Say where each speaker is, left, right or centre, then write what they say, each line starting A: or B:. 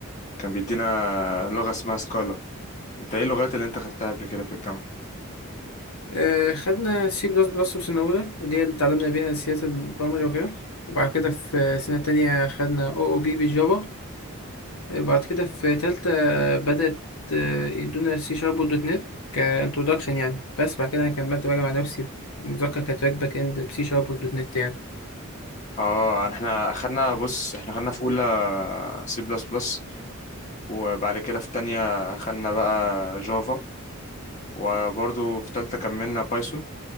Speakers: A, on the left (about 35°); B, on the left (about 80°).
A: كان بيدينا لغة اسمها سكالا انت ايه اللغات اللي انت خدتها قبل كده في الجامعة
B: آه خدنا سي بلس بلس في سنة أولى اللي هي اللي اتعلمنا بيها سياسة البرمجة وكده وبعد كده في سنة تانية خدنا أو أو بي بالجافا بعد كده في تالتة بدأت آه، يدونا سي شارب ودوت نت كانترودكشن يعني بس بعد كده أنا كملت بقى مع نفسي في المذاكرة كانت راك باك إند بسي شارب ودوت نت يعني
A: اه احنا اخدنا بص احنا خدنا في اولى سي بلس بلس وبعد كده في تانية خدنا بقى جافا وبرضو في تالتة كملنا بايثون